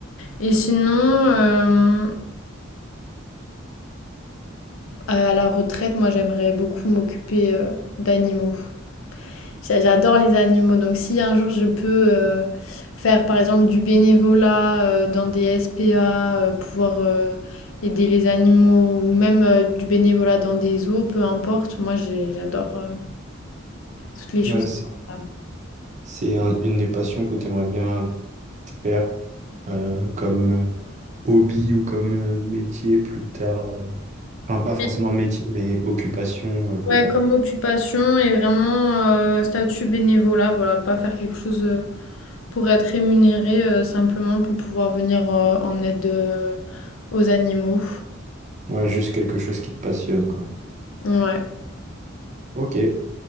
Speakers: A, on the left (about 85°); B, on the right (about 35°).
A: et sinon, euh, À la retraite, moi, j'aimerais beaucoup m'occuper euh, d'animaux. J'a- J'adore les animaux, donc si un jour je peux euh, faire par exemple du bénévolat euh, dans des SPA, euh, pouvoir euh, aider les animaux ou même euh, du bénévolat dans des zoos, peu importe, moi j'ai- j'adore euh, toutes les
B: Ouais,
A: choses.
B: c'est
A: comme ça.
B: c'est un- une des passions que tu aimerais bien faire euh, comme euh, hobby ou comme euh, métier plus tard. euh. Enfin, pas forcément
A: Et,
B: métier, mais occupation euh, plus
A: Ouais,
B: tard.
A: comme occupation et vraiment euh, statut bénévolat, voilà, pas faire quelque chose. euh, pour être rémunérée euh, simplement pour pouvoir venir euh, en aide euh, aux animaux.
B: Ouais, juste quelque chose qui te passionne, quoi.
A: Ouais.
B: Ok.